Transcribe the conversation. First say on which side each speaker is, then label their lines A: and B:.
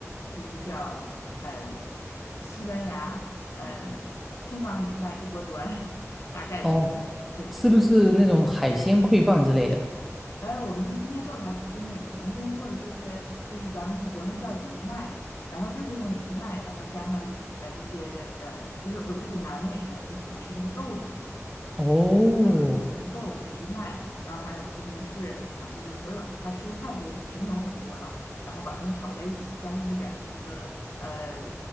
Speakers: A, on the left; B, in the centre.
A: 就是叫呃西班牙呃天蛙米饭一锅端，<laughs> 大概是这样。
B: 哦哦
A: 对。
B: 是不是那种海鲜烩饭之类的？
A: 呃，我们那今天做的还不是那个，我们今天做的就是就是咱们国内叫藜麦，然后就是用藜麦，然后加上呃一些呃，因为我记得南美人很喜欢吃那个豆子嘛，
B: 哦，
A: 它的那个红豆、藜麦，然后还有西红柿啊，就是所有它蔬菜就是品种很多了，然后把它们炒在一起，加上一点儿那个呃